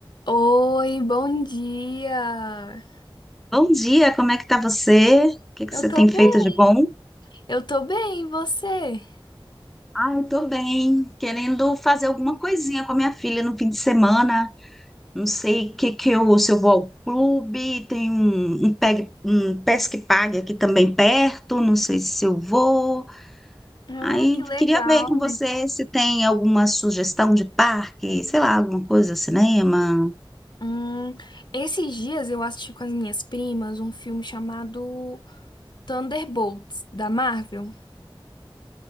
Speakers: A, on the left (about 55°); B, in the centre.
A: Oi, bom dia!
B: Bom dia, como é que tá você? O que que
A: Eu
B: você
A: tô
B: tem
A: bem,
B: feito de bom?
A: eu tô bem, e você?
B: Ah, eu tô bem, querendo fazer alguma coisinha com a minha filha no fim de semana. Não sei o que que eu, se eu vou ao clube, tem um, um, pegue, um pesque pague aqui também perto, não sei se eu vou.
A: Ah,
B: Aí
A: que legal!
B: queria ver com você se tem alguma sugestão de parque, sei lá, alguma coisa, cinema.
A: Hum, esses dias eu assisti com as minhas primas um filme chamado Thunderbolts, da Marvel.